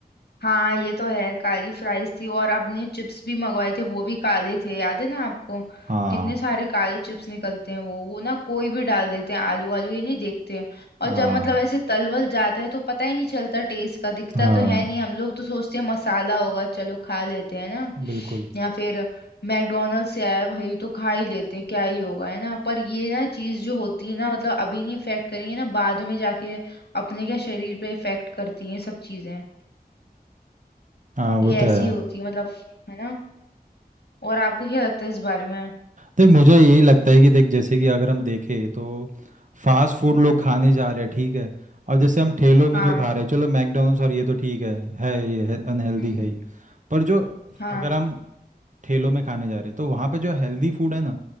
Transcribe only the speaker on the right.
हाँ
हाँ
हाँ
बिल्कुल
हाँ वो
तो
है
देख मुझे यही लगता है कि देख जैसे कि अगर हम देखें तो फास्ट फूड लोग खाने जा रहे हैं ठीक है और जैसे हम ठेलों में
जो खा रहे हैं चलो मैकडोनल्ड्स और ये तो ठीक है है ये अनहेल्दी
है ही पर जो
अगर हम ठेलों में खाने जा रहे हैं तो वहाँ पे जो हेल्दी फूड है ना